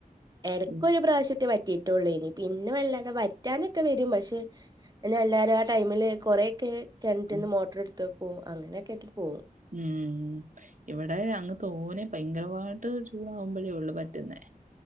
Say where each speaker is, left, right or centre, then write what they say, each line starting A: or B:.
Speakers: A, on the right; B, on the right.
A: എടക്ക്
B: ഉം
A: ഒരു പ്രാവശ്യറ്റെ വറ്റിട്ടൊള്ളെയ്നി പിന്നെ വല്ലാതെ വ വറ്റാനൊക്കെ വരും പക്ഷെ പിന്നെ എല്ലാരും ആ ടൈമില് കൊറെ ഒക്കെ കെൻറ്റ്ന്ന്
B: ക്കും
A: മോട്ടർ ഇടുത്ത് വെ ഓ അങ്ങനെയൊക്കെ ആയിട്ട് പോവും
B: ഉം ഇവിടെ അങ്ങ് തോനെ ഭയങ്കരമായിട്ട് ചൂടാവുമ്പോഴേ ഒള്ളൂ വറ്റുന്നേ